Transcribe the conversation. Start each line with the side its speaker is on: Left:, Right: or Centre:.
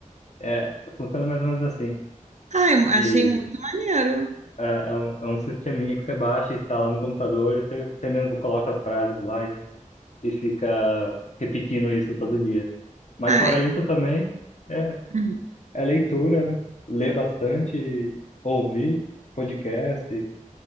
Left: É, funciona mais ou menos assim.
Right: Ai,
Left: E
Right: achei muito maneiro.
Left: é, é um, é um sisteminha que você baixa, instala no computador e você, você mesmo coloca as frases lá e, e fica repetindo isso todo dia. Mas
Right: Ai,
Left: fora isso também é,
Right: uhum.
Left: é leitura, né? Ler bastante, ouvir podcast,